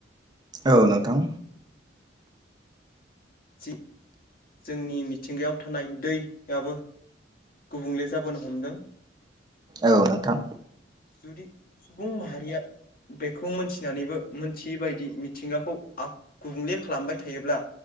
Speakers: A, on the right; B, on the left.
A: औ नोंथां
B: जि जोंनि मिथिंगायाव थानाय दै याबो गुबुंले जाबोनो हमदों
A: औ नोंथां
B: जुदि सुबुं माहारिया बेखौ मोनथिनानैबो मोनथियै बायदि मिथिंगाखौ आ गुबुंले खालामबाय थायोब्ला